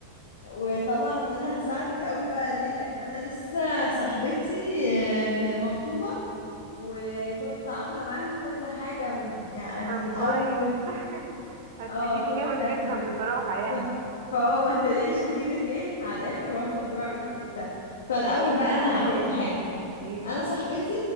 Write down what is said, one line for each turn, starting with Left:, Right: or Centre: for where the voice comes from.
Left: وطبعا انا هساعدك قوي بقى ليه لان انا لسه صاحبتي آه، م- مخطوبة وكنت عاملة معاها كل حاجة من يعني
Right: طب
Left: من اول
Right: كويس <laughs> هتفيديني
Left: اه كل
Right: جامد
Left: الترتيبات
Right: جدا بصراحة يعني
Left: ف... فهو ما تقلقيش هفيدك ايه على الاخر واخد رأيك وبتاع فالاول
Right: خلاص
Left: بقى انا
Right: اوكي
Left: هقولك حاجة
Right: ايه
Left: انا صاحبتي